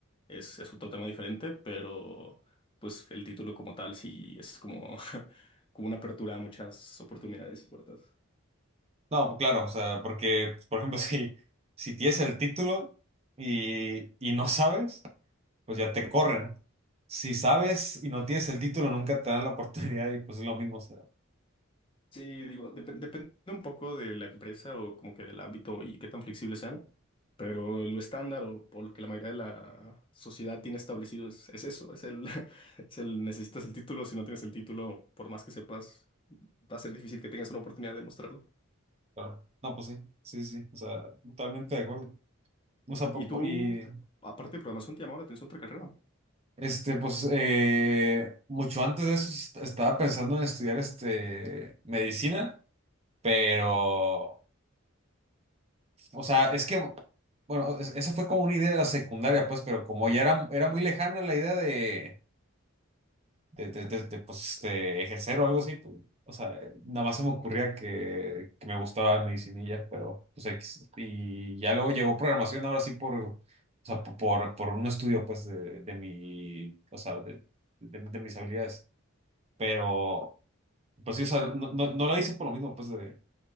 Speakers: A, on the left; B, on the right.
A: es, es otro tema diferente, pero pues el título como tal sí es como, <laughs> como una apertura a muchas oportunidades y puertas.
B: No, pues claro, o sea, porque, pues, por ejemplo, <laughs> si, si tienes el título y, y no sabes, pues ya te corren. Si sabes y no tienes el título, nunca te dan la <laughs> oportunidad y pues es lo mismo, o sea,
A: Sí, digo, dep- depende un poco de la empresa o como que del ámbito y qué tan flexibles sean, pero lo estándar o por lo que la mayoría de la sociedad tiene establecido es, es eso, es el, <laughs> es el necesitas el título, si no tienes el título, por más que sepas, va a ser difícil que tengas una oportunidad de mostrarlo.
B: pero, no, pues sí, sí, sí, o sea, totalmente de acuerdo. O sea, po-
A: Y tú,
B: po- y
A: aparte de programación, te llamaba la atención otra carrera.
B: este, pues eh, mucho antes de eso est- estaba pensando en estudiar este medicina, pero O sea, es que, bueno, es- eso fue como una idea de la secundaria, pues, pero como ya era, era muy lejana la idea de, de, de- de- de, pues, de ejercer o algo así, pues, o sea, nada más se me ocurría que, que me gustaba medicina y ya, pero, pues, X. y ya luego llegó programación, ahora sí por, o sea, po- por, por un estudio, pues, de, de mi, o sea, de, de- de mis habilidades, pero, pues sí, o sea, no, no, no la hice por lo mismo, pues, de...